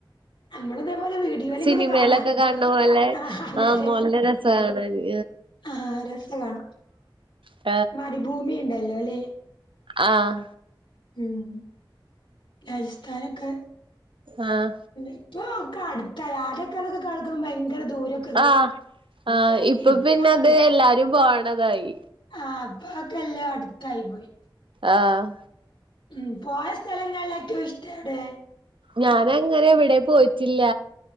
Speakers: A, on the left (about 70°); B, on the right (about 75°).
A: നമ്മൾ ഇതേപോലെ വീഡിയോയില് ഇങ്ങനെ
B: സിനിമയിലൊക്കെ
A: കാണാ
B: കാണണ പോലെ
A: ആ അതെതെ
B: ആഹ് നല്ല രസ കാണാന്
A: ആഹ് രസ കാണാ
B: ആ
A: മരുഭൂമി ഇണ്ടല്ലോ ല്ലേ
B: ആഹ്
A: ഉം രാജസ്ഥാനൊക്കെ
B: ആഹ്
A: ഇപ്പൊ ഒക്കെ അടുത്ത ആദൃക്കതൊക്കെ കേൾക്കുമ്പോ ഭയങ്കര ദൂരം
B: ആഹ് ആഹ് ഇപ്പൊ
A: ഇപ്പൊക്കെ
B: പിന്നെ അത് എല്ലാരും പോകണതായി
A: ആഹ് ഇപ്പതക്കെല്ല അടുത്തായി പോയി
B: ആഹ്
A: ഉം പോയ സ്ഥലങ്ങളിലേറ്റോം ഇഷ്ടം എവിടെ?
B: ഞാനങ്ങനെ എവിടെ പോയിട്ടില്ല